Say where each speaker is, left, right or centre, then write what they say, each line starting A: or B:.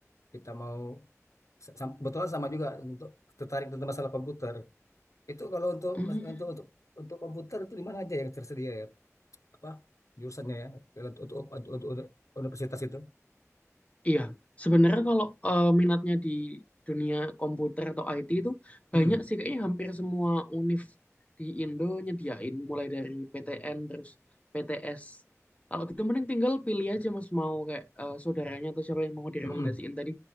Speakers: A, on the left; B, on the left.
A: kita mau sa- sam- kebetulan sama juga untuk tertarik tentang masalah komputer. Itu kalau untuk
B: Hmm.
A: untuk untuk untuk komputer itu di mana aja yang tersedia ya? Apa jurusannya ya? Untuk untuk, untuk, untuk universitas itu.
B: Iya, sebenarnya kalau eh, minatnya di dunia komputer atau IT itu
A: Hmm.
B: banyak sih kayaknya hampir semua univ di Indo nyediain mulai dari PTN terus PTS. Kalau gitu mending tinggal pilih aja Mas mau kayak eh, saudaranya atau siapa yang mau direkomendasiin
A: Hmm.
B: tadi